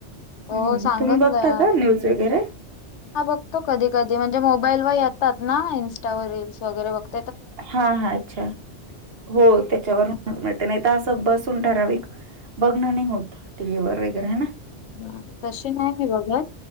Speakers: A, on the left; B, on the right.
A: हो
B: हं,
A: सांगतलं
B: तुम्ही बघता का न्यूज वगैरे?
A: हा बघतो कधी कधी म्हणजे मो बाईल वर येतात ना इंस्टावर रील्स वगैरे बघतात.
B: हा हा अच्छा हो त्याच्यावर नाही तर असं बसून ठराविक बघण नाही होत टी व्ही वर वगैरे ना.
A: ह तशी नाही मी बघत